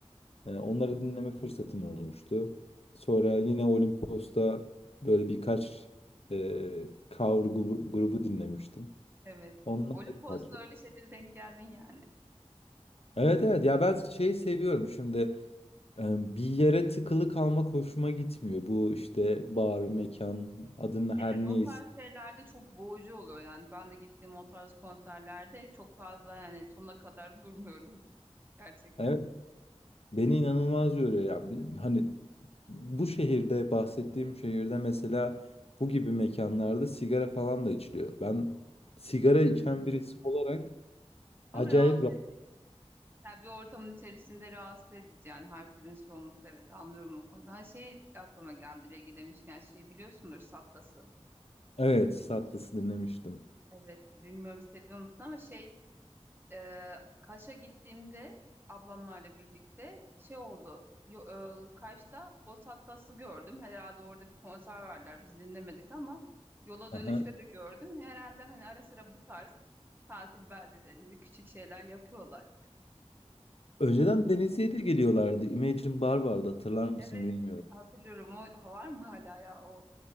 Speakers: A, on the left; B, on the right.
A: E, onları dinleme fırsatım olmuştu. Sonra yine Olimpos'ta böyle birkaç e, cover gru- grubu dinlemiştim.
B: evet.
A: Onlar
B: Olimpos'ta
A: da tatlı.
B: öyle şeylere denk geldin yani.
A: Evet evet ya ben şeyi seviyorum şimdi e, bir yere tıkılı kalmak hoşuma gitmiyor. Bu işte bar, mekan adını her
B: Evet
A: neyse.
B: o tarz şeylerde çok boğucu oluyor yani. Ben de gittiğim o tarz konserlerde çok fazla yani sonuna kadar durmuyorum gerçekten.
A: Evet Beni inanılmaz yoruyor ya. Bir- Hani bu şehirde bahsettiğim şehirde mesela bu gibi mekanlarda sigara falan da içiliyor. Ben sigara içen
B: Hmm.
A: birisi olarak
B: Ama
A: acayip
B: rahatsız
A: rahat.
B: edici. Yani bir ortamın içerisinde rahatsız edici yani herkesin şey olması evet anlıyorum o konuda. Ha şey aklıma geldi Regi demişken şey biliyorsundur Sattas'ı.
A: Evet, Sattas'ı dinlemiştim.
B: Evet bilmiyorum seviyor musun ama şey e, Kaş'a gittiğimde ablamlarla birlikte şey oldu. Yo, e, Kaş'ta Os gördüm. Herhalde orada bir konser verdiler. Biz dinlemedik ama yola dönüşte
A: Aha.
B: de gördüm. Herhalde hani ara sıra bu tarz tatil beldelerinde küçük şeyler yapıyorlar.
A: Önceden Denizli'ye de geliyorlardı. Imagine Bar vardı hatırlar mısın
B: Evet
A: bilmiyorum.
B: hatırlıyorum. O var mı hala ya o